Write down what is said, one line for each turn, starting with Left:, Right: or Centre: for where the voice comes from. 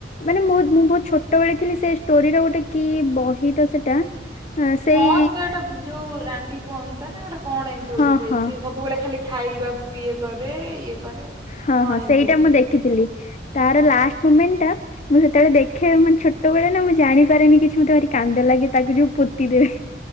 Left: ମାନେ ମୁଁ ମୁଁ ବହୁତ ଛୋଟବେଳେ ଥିଲି ସେ ଷ୍ଟୋରିର ଗୋଟେ କି ବହି ତ ସେଟା। ଆଁ, ସେଇ
Right: ହଁ ସେଟା ଗୋଟେ ଉ ଯୋଉ ରାଣ୍ଡି ପୁଅ ଅନ୍ତା ନା ଗୋଟେ କଣ ଏମତି ଗୋଟେ
Left: ହଁ
Right: ସେଇ
Left: ହଁ
Right: ସେ ସବୁବେଳେ ଖାଲି ଖାଇବାକୁ ଇଏ କରେ। ଇଏ କରେ
Left: ହଁ
Right: କଣ
Left: ହଁ
Right: ଏମିତି
Left: ସେଇଟା
Right: ଗୋଟେ
Left: ମୁଁ
Right: ଥିଲା
Left: ଦେଖିଥିଲି।
Right: ହଁ।
Left: ତାର ଲାଷ୍ଟ୍ ମୁମେଣ୍ଟ ଟା ମୁଁ ସେତେବେଳେ ଦେଖେ ମାନେ ଛୋଟ୍ ଛୋଟ ବେଳେ ନା ମୁଁ ଜାଣିପାରେନି କିଛି ମୋତେ ଭାରି କାନ୍ଦ ଲାଗେ ତାକୁ ଯୋଉ ପୋତି ଦେବେ।